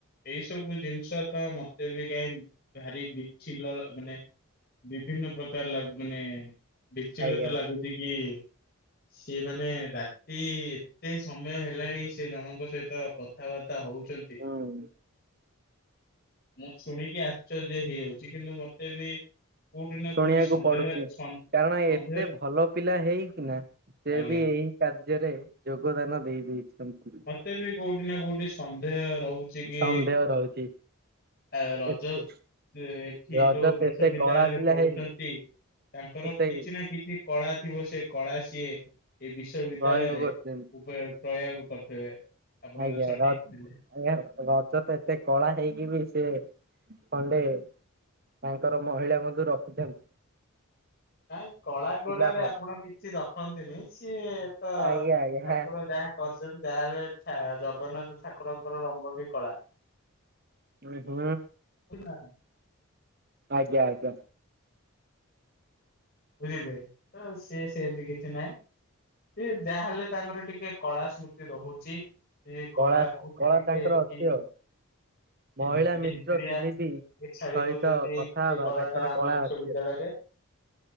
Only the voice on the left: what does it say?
ଏଇ ସବୁ ଜିନ୍ଷ ତ ମତେ ବି କାଇଁ ଭାରି ବିଛି ମାନେ ବିଭିନ୍ନ ପ୍ରକାର ଲ ମାନେ ବିଚଳତା
ଲାଗୁଛି କି ସିଏ ମାନେ ରା କି ଏତେ ସମୟ ହେଲାଣି ସେ ଜଣଙ୍କ ସହିତ କଥାବାର୍ତ୍ତା ହଉ ଛନ୍ତି
ମୁଁ ଶୁଣିକି ଆଶ୍ଚର୍ଯ୍ୟ।। ହେଇଯାଉଛି କିନ୍ତୁ ମତେ ବି କୋଉଠି ନା
କୋଉଠି ସନ୍ଦେହ
ସନ୍
ସନ୍ଦେହ
ଆଜ୍ଞା
ମତେ ବି କୋଉଠି ନା କୋଉଠି ସନ୍ଦେହ ରହୁଛି କି
ଆ ରଜ
ଏଠି
ଯୋଉ ବିଶ୍ୱବିଦ୍ୟାଳୟରେ
ପଢୁଛନ୍ତି
ତାଙ୍କର
କିଛି ନା କିଛି କଳା ଥିବ ସେ କଳା ସିଏ ଏ ବିଶ୍ୱବିଦ୍ୟାଳୟରେ
ପ୍ରୟୋଗ କରି ସେ ଆପଣ
ସଠିକ
ଥିଲେ।
ନାଇଁ କଳା ଘରାରେ
ଆପଣ କିଛି ରଖନ୍ତିନି ସିଏ ତ
ଠାକୁର
ଯାହା କରିଛନ୍ତି ଯହାହେଲେ ଜଗନ୍ନାଥ ଠାକୁରଙ୍କର ରଙ୍ଗ ବି କଳା।
ବୁଝିଲା ହ
ବୁଝିଲେ ତ ସିଏ ସେମିତି କିଛି ନାହିଁ। ସେ ଯାହାହେଲେ ତାଙ୍କର ଟିକେ କଳା ସ୍ମୃତି ରହୁଛି। ସେ କଳାକୁ
ସେ
ଟିକେ
ସେ
ଭିତ
ଭିତରିଆ
ଛାଡି
ଦଉଛନ୍ତି
ସେ
କଳା
ଟା ଆମ ବିଶ୍ଵବିଦ୍ୟାଳୟରେ